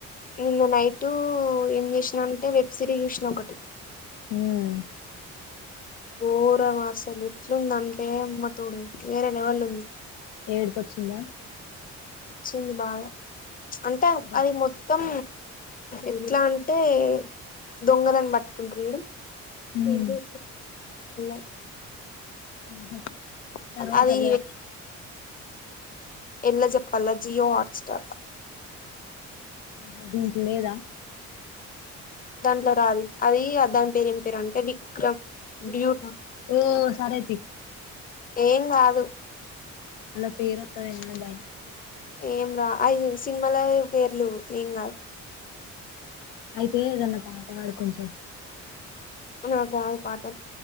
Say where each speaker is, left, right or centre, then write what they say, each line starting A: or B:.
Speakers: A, on the left; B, on the left.
A: నిన్న నైట్ ఏం చేసినంటే వెబ్ సిరీస్ చూసిన ఒకటి
B: ఉమ్
A: ఘోరం అసలు ఎట్లుంది అంటే అమ్మ తోడు వేరే లెవెల్ ఉంది.
B: ఏడుపు వచ్చిందా
A: వచ్చింది బాగా అంటే
B: తర్వా
A: అది మొత్తం ఎట్లా అంటే దొంగలని పట్టుకుంటరు చూడు
B: ఉమ్
A: <unintelligible>
B: ఆహా తర్వాత
A: అది
B: అలా
A: ఎలా చెప్పాల జియో హాట్ స్టార్
B: ఆహ దీంట్ లేదా
A: దాంట్లో రాదు అది దాని పేరు ఏం పేరు అంటేది విక్రమ్ బ్యూ
B: ఓ సారేతీయ్
A: ఏం కాదు
B: అలా పేరొత్తదేమోని భయం
A: ఏం రా ఐదు సినిమాల పేర్లు ఏం కాదు
B: అయితే ఏదన్నా పాటపాడు కొంచెం
A: నాకు రాదు పాట